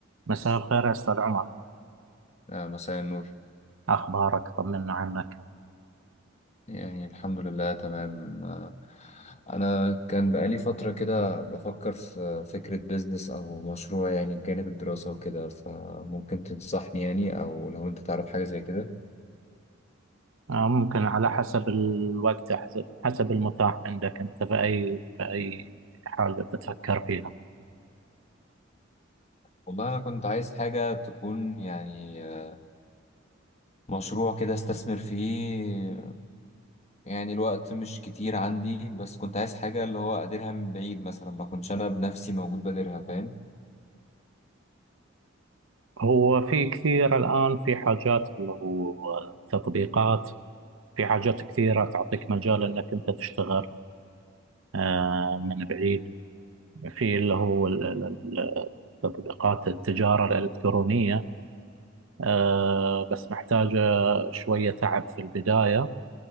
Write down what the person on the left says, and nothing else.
آه، مساء النور
يعني الحمد لله تمام آه، أنا كان بقالي فترة كده بفكر في فكرة بيزنس أو مشروع يعني بجانب الدراسة وكده فممكن تنصحني يعني أو لو أنت تعرف حاجة زي كده
والله أنا كنت عايز حاجة تكون يعني آه، مشروع كده استثمر فيه يعني الوقت مش كتير عندي بس كنت عايز حاجة اللي هو أديرها من بعيد مثلا ما كنتش أنا بنفسي موجود باديرها فاهم